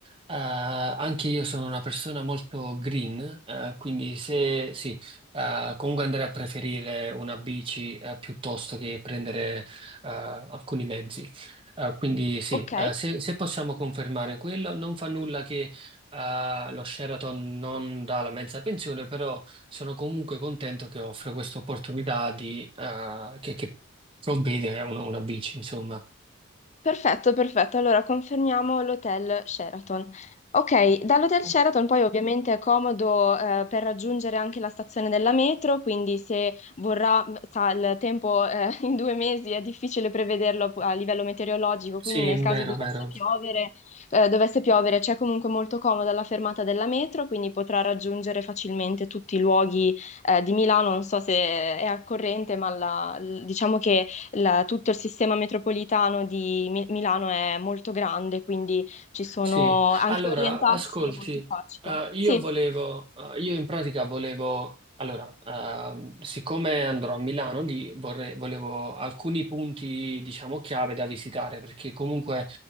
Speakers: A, on the right (about 25°); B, on the left (about 35°).
A: anche io sono una persona molto green, eh, quindi se sì, eh, comunque andrei a preferire una bici eh, piuttosto che prendere eh, alcuni mezzi. Eh, quindi sì,
B: Ok.
A: eh, se, se possiamo confermare quello, non fa nulla che eh, lo Sheraton non dà la mezza pensione, però sono comunque contento che offre questa opportunità di, eh, che, che ho bene, una, una bici, insomma.
B: Perfetto, perfetto. Allora confermiamo l'hotel Sheraton. Ok, dall'hotel
A: Ok.
B: Sheraton poi ovviamente è comodo eh, per raggiungere anche la stazione della metro, quindi se vorrà, sa, il tempo eh, <laughs> in due mesi è difficile prevederlo a livello meteorologico,
A: Sì,
B: quindi nel caso
A: vero,
B: dovesse
A: vero.
B: piovere, eh, dovesse piovere c'è comunque molto comoda la fermata della metro, quindi potrà raggiungere facilmente tutti i luoghi eh, di Milano. Non so se è a corrente, ma la- diciamo che la- tutto il sistema metropolitano di Mi- Milano è molto grande, quindi ci sono
A: Sì,
B: anche
A: allora,
B: orientarsi
A: ascolti,
B: è molto facile.
A: eh, io
B: Sì,
A: volevo, eh, io in pratica volevo, allora, ehm, siccome andrò a Milano, di- vorrei- volevo alcuni punti, diciamo, chiave da visitare, perché comunque,